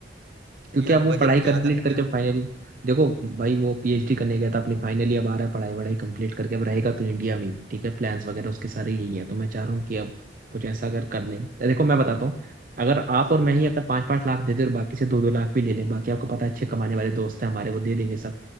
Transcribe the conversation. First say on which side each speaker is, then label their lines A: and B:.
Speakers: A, on the right; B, on the right.
A: क्योंकि
B: तो यार
A: अब वो
B: बजट
A: पढ़ाई कंप्लीट
B: ज्यादा नहीं
A: करके
B: है
A: फाइनली देखो भाई वो पीएचडी करने गया था अपनी फाइनली अब आ रहा है पढ़ाई वढ़ाई कंप्लीट करके अब रहेगा तो इंडिया में ही ठीक है प्लान्स वगैरह उसके सारे यही है तो मैं चाह रहा हूँ कि अब कुछ ऐसा अगर कर लें देखो मैं बताता हूँ अगर आप और मैं ही अगर पाँच पाँच लाख दे दे और बाकी से दो दो लाख भी ले लें बाकी आपको पता है अच्छे कमाने वाले दोस्त हैं हमारे वो दे देंगे सब